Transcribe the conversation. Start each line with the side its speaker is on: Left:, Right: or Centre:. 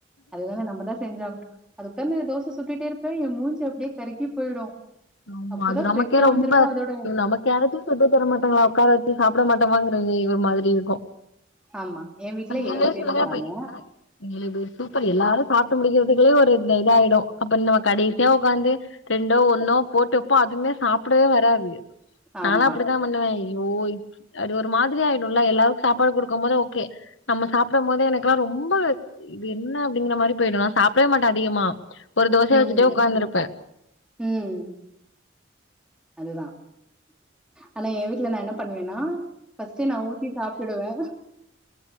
Centre: அதுதானே நம்மதா செஞ்சாக அதுக்காந்து தோசை சுட்டுட்டே இருப்ப ஏ மூஞ்சி அப்டியே கருக்கி போயிடு
Left: ஆமா
Centre: அப்போதா
Left: அது நமக்கே
Centre: ஃப்ரெஷ்ஷா
Left: ரொம்ப
Centre: வந்திருப்ப அதோட
Left: இ நமக்கேரத்தையு சுட்டு தர மாட்டாங்களா உக்கார வச்சு சாப்ட மாட் இத வாங்கறது இது மாதிரி இருக்கு
Centre: ஆமா என் வீட்ல
Left: ங்க
Centre: ஏழு பேர்
Left: சொல்லுங்க
Centre: இருக்காங்க
Left: <unintelligible> சூப்பர் எல்லாரு சாப் முடிக்கிறதுக்குலே ஒரு இதாயிடு அப்ப நம்ம கடைசியா ஒக்காந்து ரெண்டோ ஒன்னோ போட்டு ப்போ அதுவுமே சாப்டவே வராது நாலா
Centre: ஆமா
Left: அப்டித்தா பண்ணுவே ய்யோ அடி ஒரு மாதிரி ஆயிடும்ல எல்லாருக்கு சாப்பாடு குடுக்கு போது ஓகே நம்ம சாப்டும் போது எனக்குல்லா ரொம் ரொம்ப இது என்ன அப்படிங்கிற மாதிரி போயிடு நா சாப்டவே மாட்டே அதிகமா ஒரு தோச
Centre: ம்
Left: வச்சுட்டே ஒக்காந்துருப்பே
Centre: ம் அதுதா ஆனா ஏ வீட்டுல நா என்ன பண்ணுவேன்னா பஸ்டே நா ஊத்தி சாப்டுவே